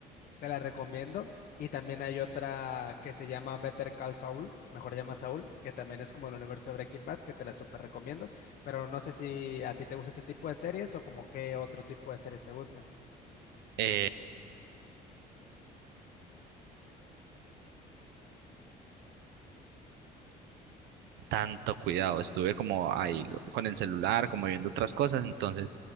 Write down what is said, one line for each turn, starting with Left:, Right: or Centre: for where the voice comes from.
Left: te la recomiendo. Y también hay otra que se llama Better Call Saul, mejor llama Saul, que también es como el universo de Breaking Bad, que te la súper recomiendo. Pero no sé si a ti te gusta ese tipo de series o como qué otro tipo de series te gusten.
Right: Eh, tanto cuidado, estuve como ahí con el celular, como viendo otras cosas, entonces